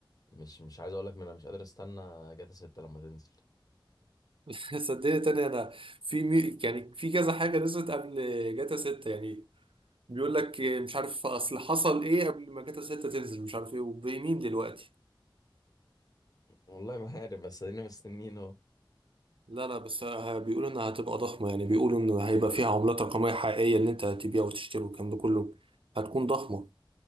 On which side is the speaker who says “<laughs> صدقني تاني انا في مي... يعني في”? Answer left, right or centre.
Right